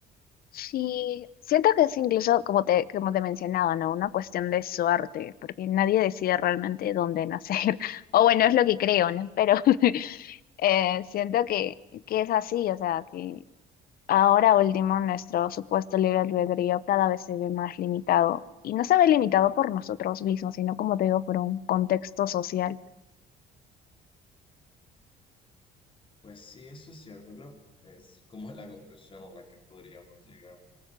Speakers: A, on the left (about 60°); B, on the left (about 30°).
A: Sí, siento que es incluso como te, como te mencionaba, ¿no? Una cuestión de suerte, porque nadie decide realmente dónde nacer. <laughs> O bueno, es lo que creo, ¿no? Pero <laughs> eh, siento que, que es así, o sea, que Ahora último, nuestro supuesto libre albedrío cada vez se ve más limitado. Y no se ve limitado por nosotros mismos, sino como te digo, por un contexto social.
B: Pues sí, eso es cierto, creo. que Es como <laughs> la conclusión a la que podríamos llegar.